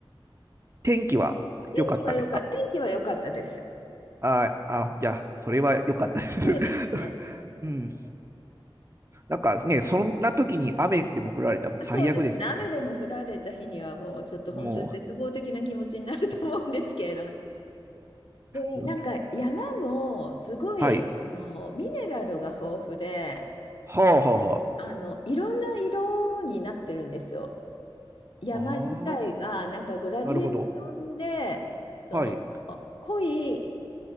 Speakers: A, on the right; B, on the left.
A: 天気は良かったですか
B: 天気は良か、天気は良かったです。
A: あーあ、じゃあ、それは良かったです。<laughs>
B: そうですね。
A: うん。なんかね、そんな時に雨でも降られたらもう最悪ですよね。
B: あそうですね。雨でも降られた日にはもうちょっと本当に絶望的な気持ちになると思うんですけれども。
A: も
B: で、
A: う。
B: なんか山もすごい、
A: <laughs> はい。
B: あの、ミネラルが豊富で、
A: はあはあは
B: であの、いろんな色になってるんですよ。山自体がなんかグラディエーションで、
A: あ。ああ、なるほど。
B: その
A: はい。
B: 濃い